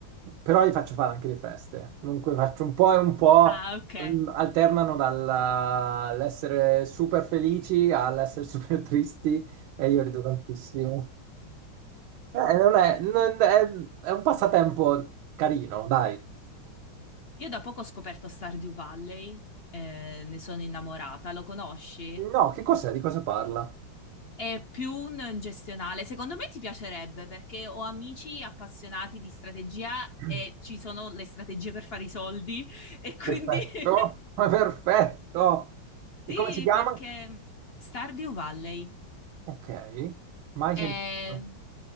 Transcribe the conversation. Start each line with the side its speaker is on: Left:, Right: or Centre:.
Right: però li faccio fare anche le feste. Dunque faccio un po' e un po',
Left: Ah, ok.
Right: mm, alternano dall'essere super felici all'essere <laughs> super tristi e io rido tantissimo. Eh, non è, non è, è un passatempo carino, dai.
Left: Io da poco ho scoperto Stardew Valley, eh, ne sono innamorata. Lo conosci?
Right: No, che cos'è? Di cosa parla?
Left: È più un gestionale. Secondo me ti piacerebbe perché ho amici appassionati di strategia
Right: <clears throat>
Left: e ci sono le strategie per fare i soldi e quindi
Right: Perfetto,
Left: <laughs>
Right: <laughs> ma perfetto. E
Left: sì,
Right: come si chiama?
Left: perché Stardew Valley
Right: Ok, mai sentito.
Left: è